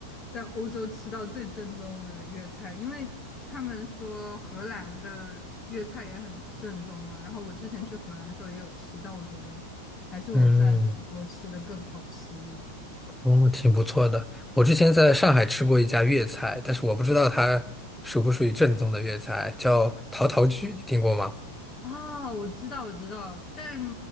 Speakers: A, on the left; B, in the centre.
A: 在欧洲吃到最正宗的粤菜，因为他们说荷兰的粤菜也很正宗嘛。然后我之前去荷兰的时候也有吃，但我觉得还是我在德国吃的更好吃一点。
B: 嗯，哦，挺不错的。我之前在上海吃过一家粤菜，但是我不知道它属不属于正宗的粤菜，叫陶陶居，你听过吗？
A: 啊，我知道，我知道，但